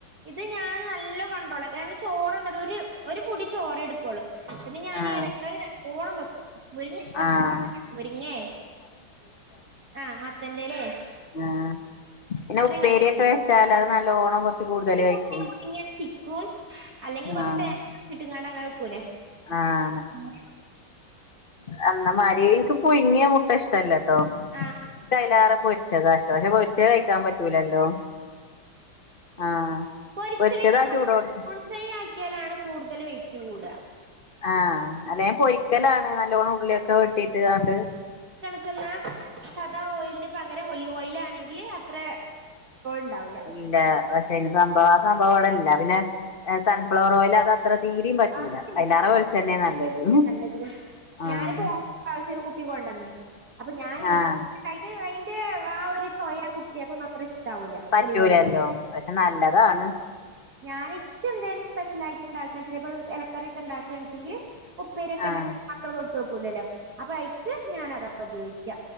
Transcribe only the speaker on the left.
ആഹ്
ആഹ്
ആ പിന്നെ ഉപ്പേരിയൊക്കെ
വെച്ചാൽ അത് നല്ലോണം കുറച്ച് കൂടുതല്
കഴിക്കും
ആഹ്
ആഹ്
അന്നമാതിരി എനിക്ക് പുഴുങ്ങിയ മുട്ട ഇഷ്ടല്ലട്ടോ
കൈലാറെ പൊരിച്ചതാഷ്ട പ പക്ഷെ പൊരിച്ച കഴിക്കാൻ പറ്റൂലല്ലോ ആഹ്
പൊരിച്ചതാ ചൂടോട്ക്കെ
ആഹ അല്ല ഞൻ പൊരിക്കലാണ് നല്ലോണ്ണം ഉള്ളിയൊക്കെ വെട്ടിട്ട് ആണ്ട്
ഇല്ല പക്ഷെ അന് സംഭവം ആ സംഭവം അവിടെ ഇല്ല പിന്നെ സൺഫ്ലവർ ഓയിൽ അത് അത്ര തീരിം പറ്റൂല
അയ്ലേറെ
വെളിച്ചണ്ണ നല്ലത്
ആഹ്
ആഹ്
പറ്റൂലല്ലോ
പക്ഷെ നല്ലതാണ്
ആഹ്